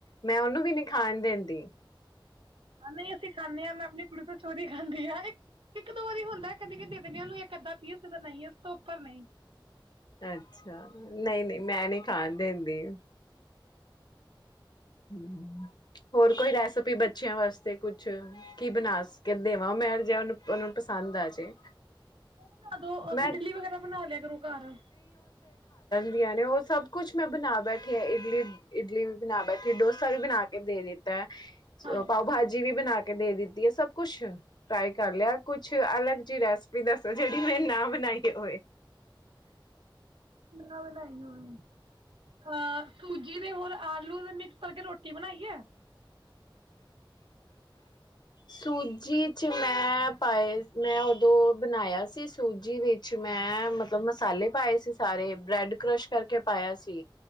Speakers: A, on the left (about 55°); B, on the right (about 85°).
A: ਮੈਂ ਉਹਨੂੰ ਵੀ ਨੀ ਖਾਣ ਦਿੰਦੀ
B: ਹਾਂ ਨਹੀਂ ਅਸੀਂ ਖਾਂਦੇ ਹਾਂ ਮੈਂ ਆਪਣੀ ਕੁੜੀ ਤੋਂ ਚੋਰੀ ਖਾਂਦੀ ਆ ਇੱਕ ਇੱਕ ਦੋ ਵਾਰੀ ਹੁੰਦਾ ਕਦੇ ਕ ਦੇ ਦਿੰਦੇ ਹ ਉਹਨੂੰ ਇੱਕ ਅੱਧਾ ਪੀ ਤਾਂ ਨਹੀਂ ਇਸ ਤੋਂ ਉੱਪਰ ਨਹੀਂ
A: ਅੱਛਾ ਨਹੀਂ ਨਹੀਂ ਮੈਂ ਨਹੀਂ ਖਾਣ ਦਿੰਦੀ ਹੁਂ ਹੋਰ ਕੋਈ ਰੈਸਪੀ ਬੱਚਿਆਂ ਵਾਸਤੇ ਤੇ ਕੁਛ ਕੀ ਬਣਾਸ ਕੇ ਦੇਵਾਂ ਮੈ ਜੋ ਉਹਨੂੰ ਉਹਨਾਂ ਨੂੰ ਪਸੰਦ ਆ ਜੇ।
B: ਉਹ ਬਣਾ ਦੋ,
A: ਮੈਂ
B: ਇਡਲੀ ਵਗੈਰਾ ਬਣਾ ਲਿਆ ਕਰੋ ਘਰ
A: ਆਂ ਨੇ ਉਹ ਸਭ ਕੁਛ ਮੈਂ ਬਣਾ ਬੈਠੀ ਆ ਇਡਲੀ ਇਡਲੀ ਵੀ ਬਣਾ ਬੈਠੀ, ਡੋਸਾ ਵੀ ਬਣਾ ਕੇ ਦੇ ਦਿੱਤਾ ਹੈ।
B: ਹਾਂਜੀ
A: ਪਾਓ ਭਾਜੀ ਵੀ ਬਣਾ ਕੇ ਬਣਾ ਕੇ ਦੇ ਦਿੱਤੀ ਹੈ, ਸਭ ਕੁੱਛ ਫਰਾਈ ਕਰ ਲਿਆ, ਕੁਛ ਅਲੱਗ ਰੈਸਿਪੀ ਦੱਸੋ ਜਿਹੜੀ ਮੈਂ ਨਾ ਬਣਾਈ ਹੋਵੇ।
B: ਨੋ ਲਾਈ ਹੋਵੇ ਆਹ ਸੂਜੀ ਦੇ ਹੋਰ ਆਲੂ ਤੇ ਮਿਕਸ ਕਰਕੇ ਰੋਟੀ ਬਣਾਈ ਹੈ।
A: ਸੂਜੀ ਚ ਮੈਂ ਪਾਏ ਮੈਂ ਉਦੋਂ ਬਣਾਇਆ ਸੀ, ਸੂਜੀ ਵਿੱਚ ਮੈਂ ਮਤਲਬ ਮਸਾਲੇ ਪਾਏ ਸੀ ਸਾਰੇ। ਬ੍ਰੈਡ ਕਰਸ਼ ਕਰਕੇ ਪਾਇਆ ਸੀ,